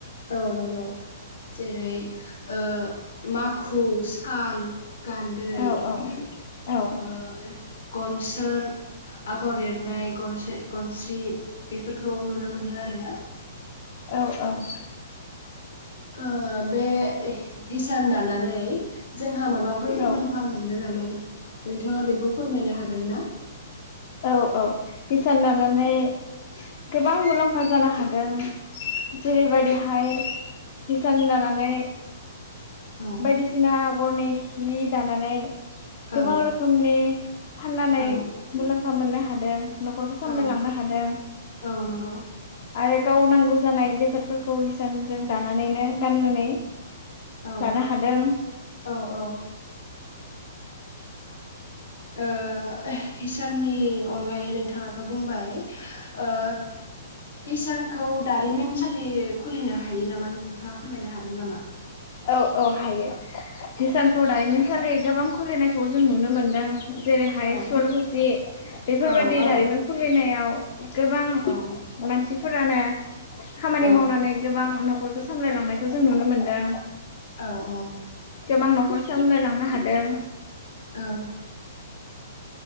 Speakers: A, on the left; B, on the left.
A: औ नंगौ जेरै ओ मा खु साल गान्दै
B: औ औ औ
A: ओ गन सोर आगर एरनाय गनसो गनस्रि बेफोरखौ नुनो मोनो आरो ना।
B: औ औ
A: ओ बे हिसान दानानै जोंहा माबाफोर मुलाम्फा
B: औ
A: मोनो नामा नोंथाङा बेखौ फोरमायनो हागोन ना?
B: औ औ हिसान दानानै गोबां मुलाम्फा जानो हादों जेरैबादिहाय हिसान दानानै
A: औ
B: बायदिसिना गरनि हि दानानै गोबां
A: औ
B: रोखोमनि फाननानै
A: औ
B: मुलाम्फा मोननो हादों न'खरखौ सामलायलांनो
A: औ
B: हादों
A: औ नंगौ
B: आरो गाव नांगौ जानाय बेसादफोरखौ हिसानजों दानानैनो गाननानै
A: औ
B: लानो हादों
A: औ औ। ओ हिसाननि अनगायै नोंथाङाथ' बुंबाय। ओ हिसानखौ दारिमिनसालि खुलिनो हायो नामा नोंथाङा फोरमायनो हागोन नामा?
B: औ औ हायो, हिसानखौ दानिमिनसालि गोबां खुलिनायखौ जों नुनो मोनदों। जेरैहाय
A: औ
B: सुवालखुसि बेफोरबायदि
A: औ औ
B: दारिमिन खुलिनायाव गोबां
A: औ
B: मानसिफोरानो खामानि
A: औ
B: मावनानै गोबां न'ख खरखो सामलायलांनायखौ जों नुनो मोन्दों।
A: औ ओ
B: गोबां न'खर सामलायलांनो हादों।
A: औ